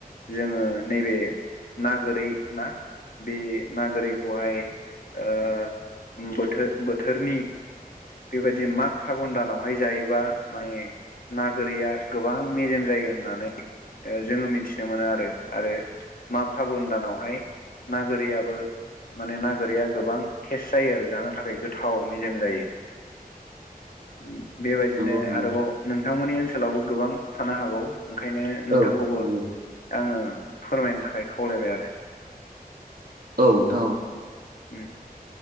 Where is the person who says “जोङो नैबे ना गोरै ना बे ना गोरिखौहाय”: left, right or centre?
Left